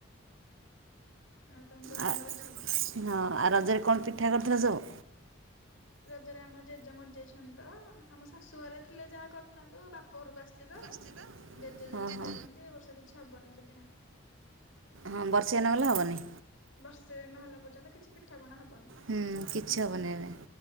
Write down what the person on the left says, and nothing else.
ଆଉ ତମ ଦେହ
ଭଲ ଅଛି?
ରଜରେ ଆମ ଜେଜେ ମରିଯାଇଛନ୍ତି ତ ଆମ ଶାଶୁ ଘରେ ଥିଲେ ଯାହା କରିଥାନ୍ତୁ ବାପ ଘରକୁ ଆସିଛି ତ।
ଜେଜେ ଯୋଉଁ ମରିଯାଇଛନ୍ତି
ଏ ବର୍ଷ କିଛି ହବନି ପିଠା।
ବର୍ଷେ ନ ନେଲା ପର୍ଯ୍ୟନ୍ତ କିଛି ପିଠାପଣା ହବନି।